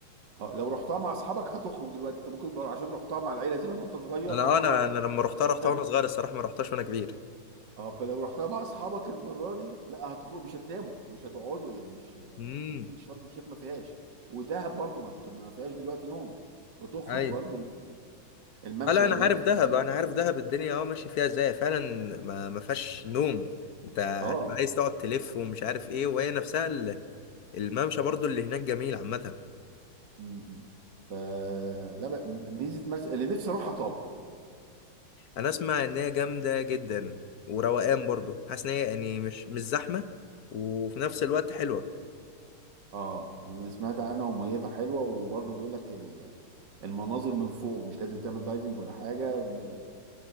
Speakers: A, on the right; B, on the left.
A: اه لو رحتها مع اصحابك هتخرج دلوقتي انت ممكن بر- عشان رحتها مع العيله زمان وانت صغير
B: انا
A: فما
B: آه،
A: خرجتش
B: انا انا لما
A: <laughs>
B: رحتها رحتها وانا صغير الصراحه ما رحتهاش وانا كبير
A: اه فلو رحتها مع اصحابك المره دي لا هتخرج مش هتناموا مش هتقعدوا يعني مش آه،
B: امم
A: ما فيش شرم الشيخ ما فيهاش ودهب برضو ما بت- ما فيهاش دلوقتي نوم بتخرج
B: ايوه
A: برضو الممشى
B: آه، لا انا
A: هناك
B: عارف
A: فاضي.
B: دهب انا عارف دهب الدنيا اه ماشي فيها ازاي فعلا ما ما فيهاش نوم انت هتبقى
A: اه
B: عايز تقعد تلف ومش عارف ايه وهي نفسها ال- الممشى برضو اللي هناك جميل عامه
A: مم. فلا ب- ميزه مرسى اللي نفسي اروحها طابه
B: انا اسمع ان هي جامده جدا وروقان برضو حاسس ان هي يعني مش مش زحمه وفي نفس الوقت حلوه
A: اه انا سمعت عنها وميتها حلوه وبرضه بيقول لك ال- المناظر من فوق مش لازم تعمل دايفنج ولا حاجه ب-